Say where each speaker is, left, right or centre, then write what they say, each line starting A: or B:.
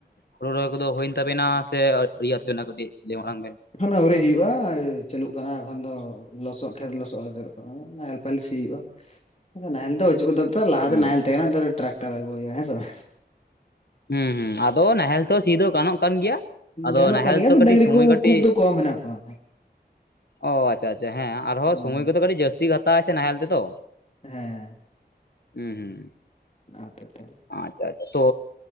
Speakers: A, on the left; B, on the left.
A: ᱦᱩᱲᱩ ᱨᱚᱦᱚᱭ ᱠᱚᱫᱚ ᱦᱩᱭᱮᱱ ᱛᱟᱵᱮᱱᱟ ᱥᱮ ᱟᱹᱣᱨᱤᱭᱟ ᱛᱟᱵᱮᱱᱟ ᱠᱟᱹᱴᱤᱡ ᱞᱟᱹᱭ ᱢᱟᱲᱟᱝ ᱵᱮᱱ
B: ᱮᱠᱷᱚᱱ ᱟᱣᱨᱤ ᱦᱩᱭᱩᱜ-ᱟ ᱪᱟᱹᱞᱩᱜ ᱠᱟᱱᱟ ᱮᱠᱷᱚᱱ ᱫᱚ ᱞᱚᱥᱚᱫ ᱠᱷᱮᱛ ᱞᱚᱥᱚᱜ ᱟᱡᱟᱨᱚᱜ ᱠᱟᱱᱟ᱾ ᱱᱟᱦᱮᱞ ᱯᱟᱭᱦᱮᱞ ᱥᱤ ᱦᱩᱭᱩᱜ-ᱟ ᱱᱟᱦᱮᱞ ᱫᱚ ᱪᱩᱜ ᱠᱟᱫᱟ ᱛᱚ ᱞᱟᱦᱟᱛᱮ
A: ᱦᱩᱸ
B: ᱱᱟᱦᱮᱞ ᱛᱮᱦᱮ ᱠᱟᱱᱟ ᱱᱮᱛᱟᱨ ᱫᱚ ᱴᱨᱠᱴᱟᱨ ᱟᱹᱜᱩ ᱦᱩᱭᱩᱜ-ᱟ ᱦᱮᱸ ᱥᱮ ᱵᱟ
A: ᱦᱩᱸ ᱦᱩᱸ ᱟᱫᱚ ᱱᱟᱦᱮᱞ ᱛᱮᱦᱚ ᱥᱤ ᱫᱚ ᱜᱟᱱᱚᱜ ᱠᱟᱱ ᱜᱮᱭᱟ, ᱟᱫᱚ
B: ᱜᱟᱱᱚᱜ
A: ᱱᱟᱦᱮᱞ
B: ᱠᱟᱱ ᱜᱮᱭᱟ
A: ᱛᱚ
B: ᱟᱫᱚ
A: ᱠᱟᱹᱴᱤᱡ
B: ᱰᱟᱹᱝᱨᱤ
A: ᱥᱩᱢᱚᱭ
B: ᱠᱚ
A: ᱠᱟᱹᱴᱤᱡ
B: ᱠᱷᱩᱵ ᱫᱚ ᱠᱚᱢ ᱦᱮᱱᱟᱜ ᱠᱚᱣᱟ
A: ᱚᱸ ᱟᱪᱪᱷᱟ ᱟᱪᱪᱷᱟ ᱦᱮᱸ ᱟᱨᱦᱚᱸ
B: ᱦᱮᱸ
A: ᱥᱚᱢᱚᱭ ᱠᱚᱫᱚ ᱠᱟᱹᱴᱤᱡ ᱡᱟᱹᱥᱛᱤ ᱦᱟᱛᱟᱣ ᱟᱭ ᱥᱮ ᱱᱟᱦᱮᱞ ᱛᱮᱛᱚ
B: ᱦᱮᱸ
A: ᱦᱩᱸ ᱦᱩᱸ
B: ᱚᱱᱟ ᱦᱚᱛᱮᱜ ᱛᱮ
A: ᱟᱪᱪᱷᱟ ᱟᱪᱪᱷᱟ ᱛᱚ